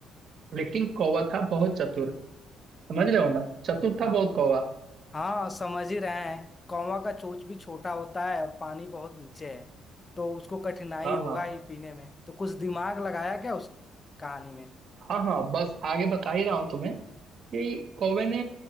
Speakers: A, on the right; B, on the left.
A: लेकिन कौवा था बहुत चतुर समझ रहे हो ना चतुर था
B: हाँ
A: बहुत कौवा
B: हाँ समझ ही रहे हैं कौवा का चोंच भी छोटा होता है और पानी बहुत नीचे है तो उसको कठिनाई
A: हाँ
B: होगा
A: हाँ
B: ही पीने में तो कुछ दिमाग लगाया क्या उसने कहानी में
A: हाँ हाँ बस आगे बता ही रहा हूँ तुम्हें कि कौवे ने